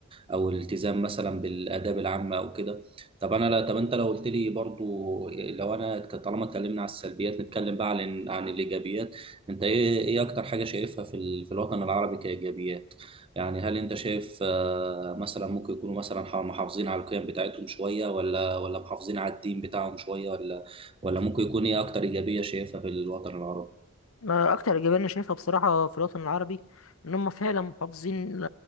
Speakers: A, on the right (about 25°); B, on the left (about 70°).
A: او الالتزام مثلا بالاداب العامه او كده طب انا لا طب انت لو قلت لي برضو لو انا طالما اتكلمنا على السلبيات نتكلم بقى عن عن الايجابيات انت ايه ايه اكتر حاجه شايفها في ال- في الوطن العربي كايجابيات يعني هل انت شايف آه، مثلا ممكن يكونوا مثلا ح- محافظين على القيم بتاعتهم شويه ولا ولا محافظين على الدين بتاعهم شويه ولا ولا ممكن يكون ايه اكتر ايجابيه شايفها في الوطن العربي
B: أنا اكتر ايجابيه انا شايفها بصراحه في الوطن العربي ان هم فعلا محافظين